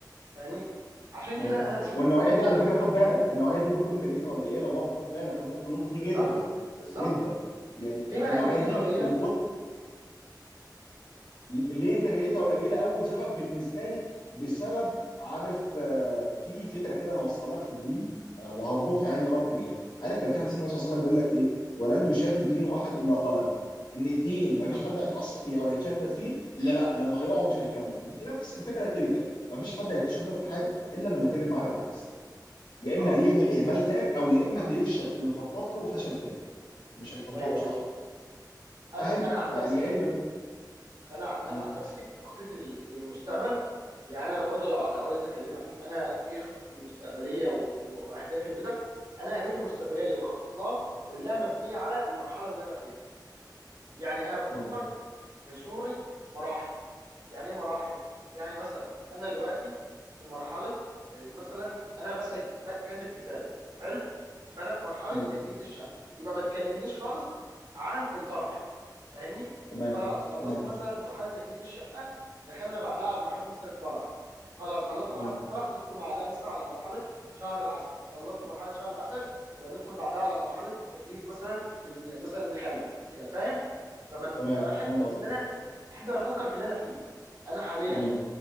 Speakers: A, on the right (about 75°); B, on the left (about 85°).
A: فاهمني عشان كده
B: مم.
A: انا بشوف
B: والنوعيه
A: ان
B: دي على
A: ال...
B: فكره
A: إن-
B: خد بالك النوعيه دي بتكون انتاجيتها قليله برضه خد بالك خد بالك من النقطه دي
A: بالظبط
B: جدا
A: بالظبط
B: جدا يعني
A: ليه بقى
B: النوعيه
A: انتاجيتها
B: دي
A: قليله
B: من كتر ليه انتاجيتها قليله اول سبب بالنسبه لي بسبب عارف آه، في فكره كده انا اوصل لك في الدين آه، وهربطها يعني ربط بيها عارف كان في حديث النبي صلى الله عليه وسلم بيقول لك ايه ولن
A: عليه الصلاه
B: يشاد
A: والسلام
B: دين احد الا غلبه ان الدين
A: بالظبط
B: ما فيش حد هيتعصب فيه او هيتشدد فيه الا لا لما هيقع مش هيكمل دي نفس الفكره التيبيكال ما فيش حد هيتشدد في حاجه الا لما تقلب معاه بالعكس يا
A: اه
B: اما هيعمل اهمال تام او يا اما هيفشل في اللي مخطط له فشل تام مش هيطبقه
A: ايوه
B: صح
A: ايوه انا
B: فاهم
A: انا عن
B: يعني
A: نفسي
B: يا اما
A: انا ع-
B: مم.
A: انا عن نفسي في تخطيطي لل- للمستقبل يعني انا برضو لو لو عايز اكلمك انا ايه خططي المستقبليه و- واهدافي وكده انا اهدافي المستقبليه اللي بخطط لها كلها مبنيه على المرحله اللي انا فيها يعني انا بفكر
B: مم.
A: في صوره مراحل يعني ايه مراحل يعني مثلا انا دلوقتي في مرحله آه، مثلا انا مثلا بك- كاتب كتابي حلو فانا في مرحله
B: مم.
A: تجهيز الشقه يبقى ما تكلمنيش خالص عن الفرح فاهمني
B: تمام
A: خلاص خلصت
B: تمام
A: مثلا مرحله تجهيز الشقه دخلنا بعدها على مرحله مثلا الفرح خلاص خلصنا
B: مم.
A: مرحله الفرح ندخل بعدها مثلا على مرحله شهر العسل خلصنا مرحله شهر العسل
B: مم.
A: يبقى ندخل بعدها على مرحله التجهيز مثلا لن- مثلا نخلف كده فاهم فما
B: تمام
A: ما بحبش
B: فاهم قصدي
A: ان انا يعني احب أنا افكر في اللي انا فيه انا حاليا
B: مم.